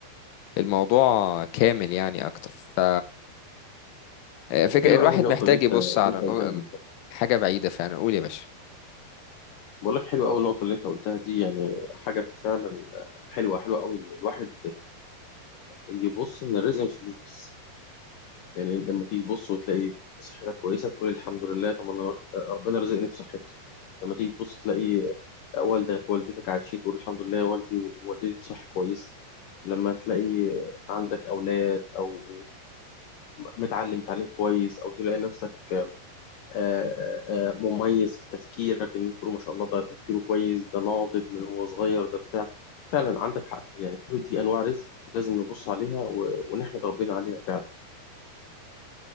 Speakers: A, on the left; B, on the left.
A: الموضوع كامل يعني اكتر ف آه، فك...
B: حلوة
A: الواحد
B: أول نقطة
A: محتاج
B: اللي أنت
A: يبص
B: اللي
A: على
B: أنت قلتها
A: نو...
B: دي
A: حاجة بعيدة فعلا قول يا باشا
B: بقول لك حلوة أول نقطة اللي أنت قلتها دي يعني حاجة فعلا حلوة حلوة أوي إن الواحد يبص إن الرزق مش فلوس بس يعني لما تيجي تبص وتلاقي صحتك كويسة تقول الحمد لله طب أنا ربنا رزقني بصحتي لما تيجي تبص تلاقي والدك والدتك عايشين تقول الحمد لله يا والدي ووالدتي بصحة كويسة لما تلاقي عندك أولاد أو متعلم تعليم كويس أو تلاقي نفسك آه، آه، آه، مميز في تفكيرك الناس تقول ما شاء الله ده تفكيره كويس ده ناضج من هو صغير ده بتاع فعلا عندك حق يعني كل دي أنواع رزق لازم نبص عليها و- ونحمد ربنا عليها فعلا